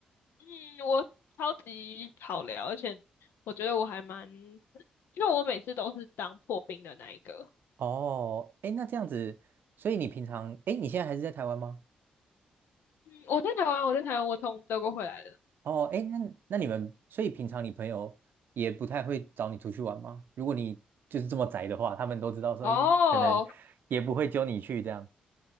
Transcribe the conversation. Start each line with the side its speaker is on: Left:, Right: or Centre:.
Left: 嗯，我超级好聊，而且我觉得我还蛮，因为我每次都是当破冰的那一个。
Right: 哦，哎，那这样子，所以你平常，哎，你现在还是在台湾吗？
Left: 嗯，我在台湾，我在台湾，我从德国回来的。
Right: 哦，哎，那那你们，所以平常你朋友也不太会找你出去玩吗？如果你就是这么宅的话，他们都知道说，
Left: 哦，
Right: 咦，可能也不会揪你去这样，